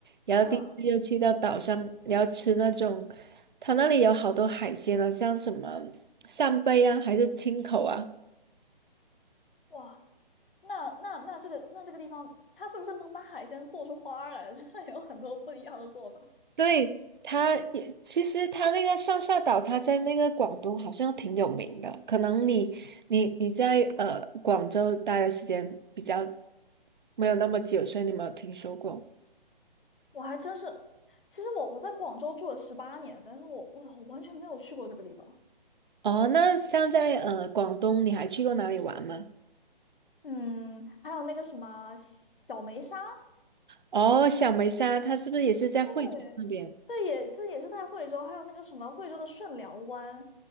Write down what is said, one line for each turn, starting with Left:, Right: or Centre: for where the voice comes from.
Right: 然后第一次又去到岛上，
Left: 嗯，
Right: 然后吃那种，他那里有好多海鲜啊，像什么扇贝啊，还是青口啊。
Left: 哇，那那那这个那这个地方，它是不是能把海鲜做出花儿来？<laughs> 这有很多不一样的做法。
Right: 对，他也其实他那个上下岛，他在那个广东好像挺有名的。可能你你你在呃广州待的时间比较没有那么久，所以你没有听说过。
Left: 我还真是，其实我我在广州住了十八年，但是我我操，我完全没有去过这个地方。
Right: 哦，那像在呃广东，你还去过哪里玩吗？
Left: 嗯，还有那个什么小梅沙，
Right: 哦，小梅沙，它是不是也是在惠州那边？
Left: 对，对也这也是在惠州，还有那个什么惠州的顺寮湾，